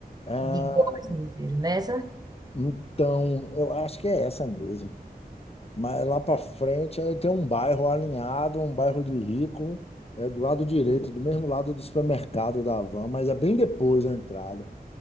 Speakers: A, on the left; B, on the right.
A: Ah,
B: de Góes Monteiro. Nessa,
A: então, eu acho que é essa mesmo. Mas lá para frente aí tem um bairro alinhado, um bairro de rico, é do lado direito, do mesmo lado do supermercado da Havan, mas é bem depois da entrada.